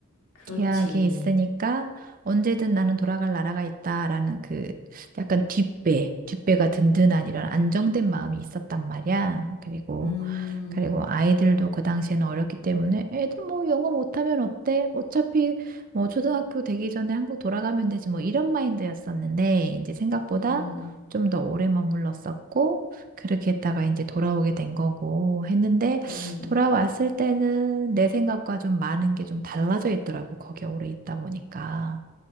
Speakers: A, on the left; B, on the right.
A: 그렇지.
B: 기약이 있으니까 언제든 나는 돌아갈 나라가 있다라는 그 약간 뒷배, 뒷배가 든든한 이런 안정된 마음이 있었단 말이야. 그리고
A: 음,
B: 그리고 아이들도 그 당시에는 어렸기 때문에 애들 뭐 영어 못하면 어때? 어차피 뭐 초등학교 되기 전에 한국 돌아가면 되지 뭐 이런 마인드였었는데 이제 생각보다
A: 음,
B: 좀 더 오래 머물렀었고 그렇게 했다가 이제 돌아오게 된 거고 했는데
A: 음,
B: 돌아왔을 때는 내 생각과 좀 많은 게 좀 달라져 있더라고 거기에 오래 있다 보니까.